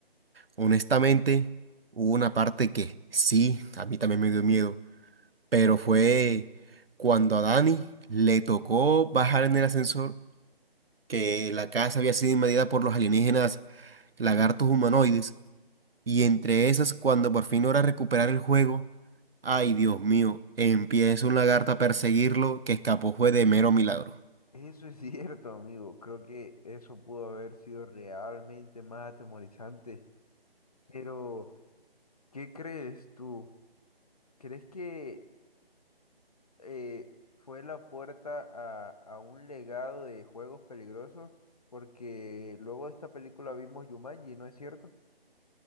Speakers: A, on the right; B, on the left.
A: Honestamente, hubo una parte que sí, a mí también me dio miedo, pero fue cuando a Dani le tocó bajar en el ascensor que la casa había sido invadida por los alienígenas lagartos humanoides, y entre esas, cuando por fin logra recuperar el juego, ay Dios mío, empieza un lagarto a perseguirlo que escapó fue de mero milagro.
B: Eso es <laughs> cierto, amigo. Creo que eso pudo haber sido realmente más atemorizante. Pero, ¿qué crees tú? ¿Crees que eh, fue la puerta a, a un legado de juegos peligrosos, porque luego de esta película vimos Jumanji, ¿no es cierto?